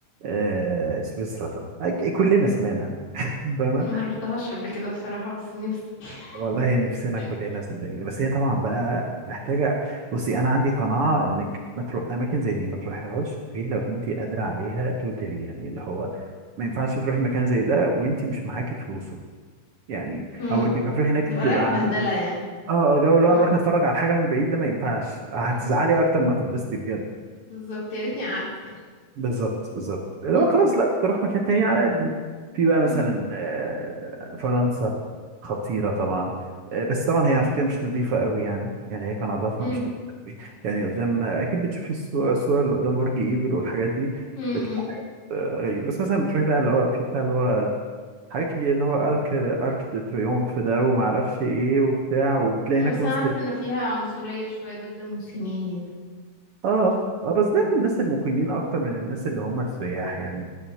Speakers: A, on the right (about 60°); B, on the left (about 70°).
A: آه، سويسرا طبعا أك- كلنا سمعنا عنها. <laughs> فاهمة
B: أنا ما رحتهاش قبل كده بصراحة بس نفسي <laughs>
A: والله نفسنا
B: يعني
A: كلنا صدقيني بس هي طبعا بقى محتاجة بصي أنا عندي قناعة إنك ما تروح أماكن زي دي ما تروحيهاش غير لو أنت قادرة عليها توتالي يعني اللي هو ما ينفعش تروحي مكان زي ده وأنت مش معاكي فلوسه يعني
B: مم.
A: أو إنك هتروحي هناك تبقى
B: تبقى رايح
A: على
B: بهدلة
A: قد
B: يعني
A: آه آه، جو اللي
B: مم.
A: هو نروح نتفرج على حاجة من بعيد ده ما ينفعش هتزعلي
B: مم.
A: أكتر ما هتتبسطي بجد
B: بالظبط يا ريتني قعدت يعني
A: بالظبط بالظبط اللي
B: مم.
A: هو خلاص لا كنت اروح مكان تاني على قدي في بقى مثلا
B: مم.
A: آه، فرنسا خطيره طبعا آه، بس طبعا هي على فكره مش نظيفه قوي يعني يعني هي كان نظافه
B: مم.
A: مش نظيفة قوي يعني قدام آه، اكيد بتشوفي الصور الصور اللي قدام برج ايفل والحاجات دي
B: مم.
A: بتبقى
B: مم.
A: حاجات آه، غريبه بس مثلا بتروحي بقى اللي هو في بتاع اللي هو حاجات كتير اللي هو ارك ارك دي تريومف ده وما اعرفش ايه وبتاع وبتلاقي هناك
B: بس
A: نص
B: أنا أعرف إن فيها عنصرية شوية ضد المسلمين يعني
A: اه اه بس ده للناس المقيمين اكتر من الناس اللي هم السياح يعني